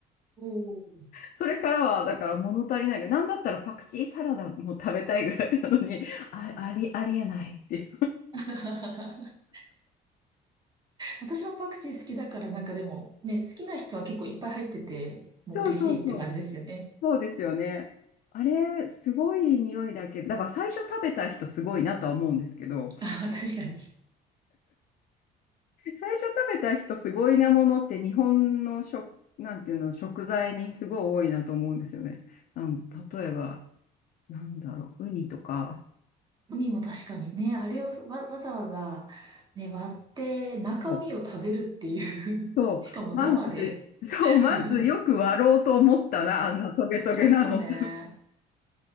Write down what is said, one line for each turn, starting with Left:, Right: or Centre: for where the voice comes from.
Right: おー
Left: それからはだから物足りないが、なんだったらパクチーサラダも食べたいぐらいなのに、あ、あり、ありえないっていう。
Right: <laughs> 私もパクチー好きだから、なんかでも、ね、好きな人は結構いっぱい入ってて、
Left: <laughs>
Right: もう嬉しいって感じですよね。
Left: そうそうそう。そうですよね。あれ、すごい匂いだけど、だから最初食べた人すごいなとは思うんですけど、
Right: <laughs> あー、確かに。
Left: <laughs> 最初食べた人すごいなものって日本の食、なんていうの、食材にすごい多いなと思うんですよね。あの、例えば、なんだろう、ウニとか。
Right: ウニも確かにね、あれをわ、わざわざ、ね、割って中身を食べるってい
Left: そう、そうまず、
Right: う <laughs> しかも生で。
Left: <laughs> そう、まずよく割ろうと思ったな、
Right: 本
Left: あんなトゲトゲなのって。
Right: 当ですね。